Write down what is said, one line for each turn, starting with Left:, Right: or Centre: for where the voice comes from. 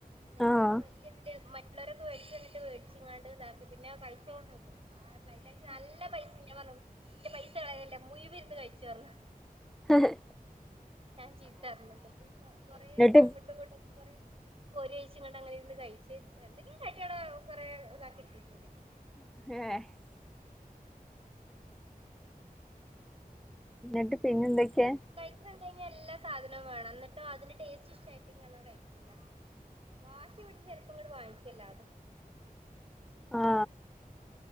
Right: എന്നിട്ട്
Centre: ആഹ്
Right: ഇതേപലെ വലിയ ഇതില് മറ്റുള്ളവരൊക്കെ മേടിച്ച്ന്നിട്ട് മേടിച്ച് ഇങ്ങാണ്ട് ഇതാക്കി. പിന്നെ കഴിച്ചോന്നില്ല. ആ, ഫ്ലൈറ്റില ച്ച നല്ല പൈസ ഞാൻ പറഞ്ഞു. ഇന്റെ പൈസ കളയല്ലേ മുയുവൻ ഇരുന്നു കഴിചോ പറഞ്ഞു.
Centre: എഹ്,
Right: ഞാൻ ചീത്ത പറഞ്ഞു. കൊറെേ
Centre: എന്നിട്ട്
Right: അങ്ങോട്ടും ഇങ്ങോട്ടൊക്കെ കൊറെ കേരിഴച്ചി ഇങ്ങണ്ട് അങ്ങനെ ഇരുന്ന് കഴിച്ച്. എന്തെങ്കും കട്ടിയടെ കൊറെേ ഇതാക്കിട്ടിരുന്നു പിന്നെ
Centre: ഏ. എന്നിട്ട് പിന്നെ എന്തൊക്കെ?
Right: കഴിക്ണ്കണ്ടാൽ എല്ലാ സാധനവും വേണം. എന്നിട്ട് അതിന്റെ ടേസ്റ്റ് ഇഷ്ടമായിട്ടില്ലെങ്കിൽ അവൾ അങ്ങട് കഴിക്കൂല. വാശി പിടിച്ച് ചെലപ്പോം ഇങ്ങട് വാങ്ങിക്കും എല്ലാതും.
Centre: ആ.